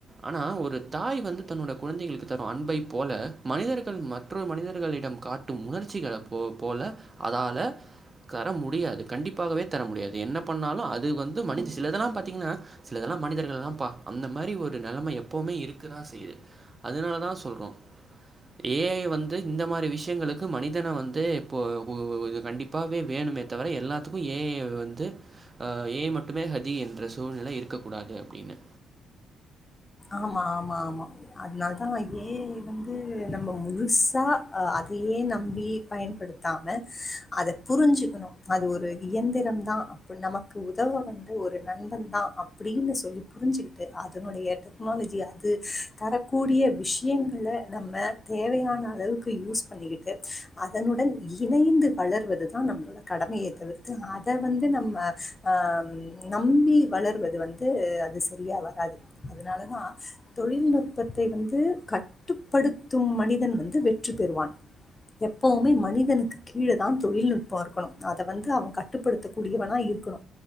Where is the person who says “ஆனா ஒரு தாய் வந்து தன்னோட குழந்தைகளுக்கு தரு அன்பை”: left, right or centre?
Right